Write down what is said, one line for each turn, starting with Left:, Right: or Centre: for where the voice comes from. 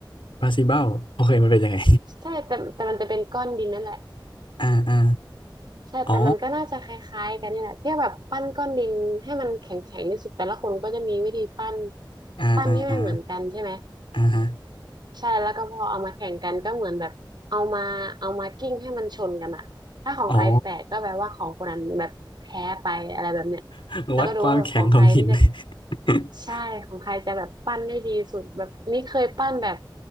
Left: ปลาซีเบ้าโอเคมันเป็นยังไง
Right: ใช่แต่แต่มันจะเป็นก้อนดินนั่นแหละ
Left: <laughs> อ่าอ่า
Right: ใช่แต่มันก็น่าจะคล้ายๆกันนี่แหละที่แบบปั้นก้อนดินให้มันแข็งๆที่สุดแต่ละคนก็จะมีวิธีปั้น
Left: อ๋ออ่าอ่าอ่า
Right: ปั้นให้ไม่เหมือนกันใช่ไหม
Left: อ่าฮะ
Right: ใช่แล้วก็พอเอามาแข่งกันก็เหมือนแบบเอามาเอามากิ้งให้มันชนกันอะถ้าของใครแตกก็แปลว่าของคนนั้นแบบแพ้ไปอะไรแบบเนี้ย
Left: อ๋อ <laughs>
Right: แล้วก็ดูว่าแบบของใครที่จะ
Left: วัดความแข็งของหิน <laughs>
Right: ใช่ของใครจะแบบปั้นได้ดีสุดแบบนี่เคยปั้นแบบ